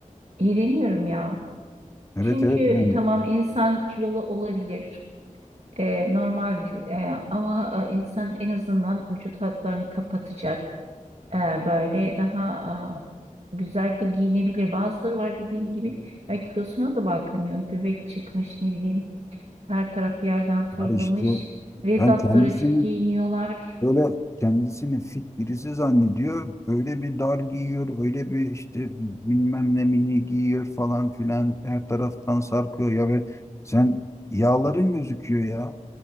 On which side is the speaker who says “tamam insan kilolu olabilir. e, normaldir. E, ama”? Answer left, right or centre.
Right